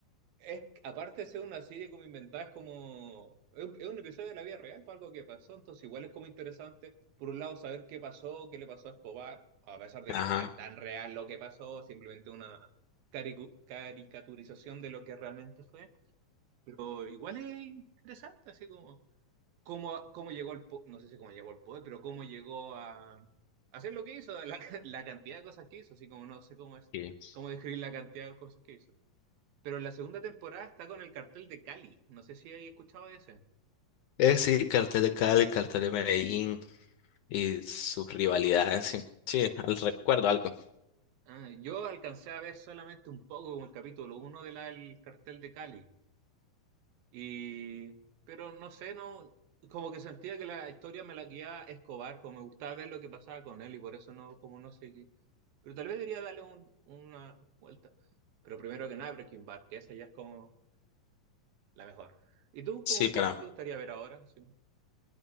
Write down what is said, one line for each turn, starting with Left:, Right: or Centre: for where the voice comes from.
Right: Es, aparte de ser una serie como inventada, es como. Es, un es un episodio de la vida real, es algo que pasó, entonces igual es como interesante, por un lado, saber qué pasó, qué le pasó a Escobar, a pesar de que
Left: Ajá.
Right: no es tan real lo que pasó, simplemente una caricu- caricaturización de lo que realmente fue, pero igual es interesante, así como. Cómo, cómo llegó al. po- No sé si cómo llegó al poder, pero cómo llegó a. Hacer lo que hizo, la, <laughs> la cantidad de cosas que hizo, así como no sé cómo es,
Left: Sí.
Right: cómo describir la cantidad de cosas que hizo. Pero la segunda temporada está con el cartel de Cali. No sé si hay escuchado de ese.
Left: Eh, sí, Cartel de Cali, Cartel de Medellín y sus rivalidades, sí. Sí, al- recuerdo algo.
Right: Ah, yo alcancé a ver solamente un poco como el capítulo 1 del cartel de Cali. Y, pero no sé, no, como que sentía que la historia me la guiaba Escobar, como me gustaba ver lo que pasaba con él y por eso no, como no sé qué. Pero tal vez debería darle un- una vuelta. Pero primero que nada, Breaking Bad, que esa ya es como la mejor. ¿Y tú,
Left: Sí,
Right: como
Left: pero
Right: cuál te gustaría ver ahora? Sí.